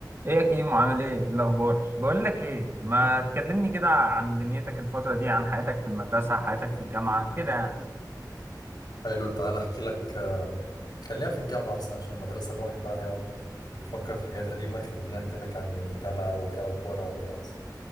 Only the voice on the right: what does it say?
ايه يا كيمو عامل ايه إيه الاخبار بقول لك ايه ما تكلمني كده عن دنيتك الفتره دي عن حياتك في المدرسه حياتك في الجامعه كده يعني.